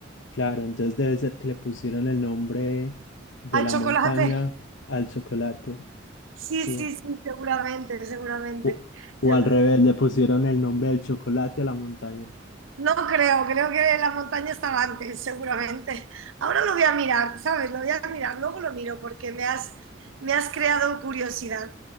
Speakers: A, on the left (about 75°); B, on the right (about 85°).
A: Claro, entonces debe ser que le pusieron el nombre de
B: Hay
A: la
B: chocolate,
A: montaña al chocolate,
B: sí,
A: sí.
B: sí, sí, seguramente, seguramente,
A: O, o
B: seguro.
A: al revés, le pusieron el nombre del chocolate a la montaña.
B: No creo, creo que la montaña estaba antes, seguramente. Ahora lo voy a mirar, ¿sabes? Lo voy a mirar, luego lo miro porque me has, me has creado curiosidad.